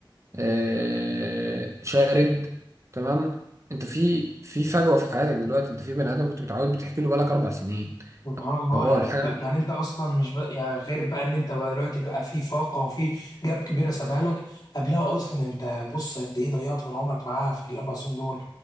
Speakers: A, on the right; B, on the left.
A: آه، شارد تمام انت في في فجوه في حياتك دلوقتي انت في بني ادم كنت متعود بتحكي له بقالك اربع سنين
B: سبحان الله
A: وهو
B: يعني
A: الحاجه
B: انت يعني انت اصلا مش بقى يعني غير بقى ان انت بقى دلوقتي بقى في فاقه وفي جاب كبيره سابها لك قبلها اصلا انت بص قد ايه ضيعت من عمرك معاها في الاربع سنين دول